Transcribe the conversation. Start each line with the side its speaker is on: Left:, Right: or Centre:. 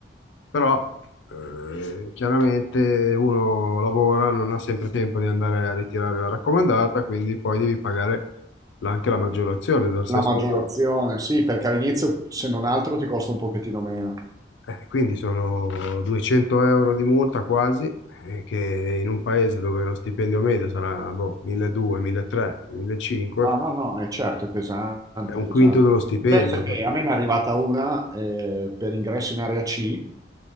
Left: Però eh, chiaramente uno lavora, non ha sempre tempo di andare a ritirare la raccomandata, quindi poi devi pagare la- anche la maggiorazione dal sesto
Right: La maggiorazione,
Left: giorno.
Right: sì, perché all'inizio se non altro ti costa un pochettino meno.
Left: Eh, Quindi sono 200 euro di multa quasi, eh, che in un paese dove lo stipendio medio sarà boh, 1200, 1300, 1500,
Right: No, no, no, è certo, è pesante,
Left: è un
Right: è pesante.
Left: quinto dello stipendio.
Right: Penso che
Left: per-
Right: a me ne è arrivata una eh, per ingresso in area C